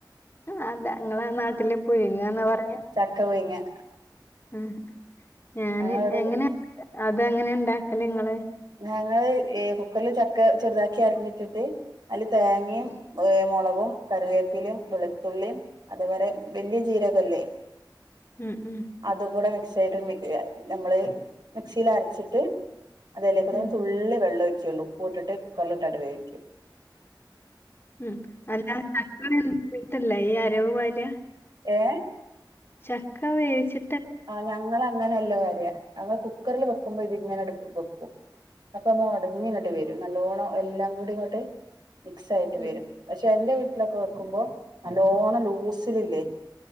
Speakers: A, on the left (about 30°); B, on the right (about 60°).
A: അതാ നിങ്ങളെ നാട്ടില് പുഴുങ്ങാന്നാ പറയാ.
B: ചക്ക പുഴുങ്ങ.
A: ആ ഞാന്,
B: ഞങ്ങളിവിടെ
A: എങ്ങനെയാ അത് എങ്ങനെ ഉണ്ടാക്കല് നിങ്ങള്?
B: ഞങ്ങള് ഈ കുക്കറില് ചക്ക ചെറുതാക്കി അരഞ്ഞിട്ടിട്ട് അതില് തേങ്ങയും
A: ഉം
B: മുളകും, കറിവേപ്പിലും, വെളുത്തുള്ളിയും അതേപോലെ വലിയ ജീരകല്ലേ <inaudible>
A: ഉം ഉം
B: അതും കൂടെ മിക്സ് ആയിട്ട്, നമ്മൾ മിക്സിയിൽ അരച്ചിട്ട് അതയിലേക്ക് ഞാൻ
A: ഉം
B: തുളളി വെള്ളം ഒഴിക്കേയുള്ളൂ ഉപ്പു ഇട്ടിട്ട് കുക്കറിലിട്ടാട്ട് വേവിക്കു
A: ഉം അല്ല ചക്ക വെന്തിട്ടല്ലേ ഈ അരവ് പാരുക.
B: ഏ
A: ചക്ക വേവിച്ച്
B: ആഹ് ഞങ്ങളങ്ങനല്ലാ പാരുക. ഞങ്ങള് കുക്കറിൽ വെക്കുമ്പോ ഇതിങ്ങനെ അടുപ്പിൽ വെക്കും. ക്കു അപ്പൊ ഉടഞ്ഞു ങ്ങട്ട് വരും. നല്ലോണം എല്ലാം കൂടി ഇങ്ങോട്ട്. മിക്സ് ആയിട്ട്
A: ഉം
B: വരും. പക്ഷെ എൻ്റെ വീട്ടിലൊക്കെ വെക്കുമ്പോ നല്ലോണം ലൂസിലില്ലേ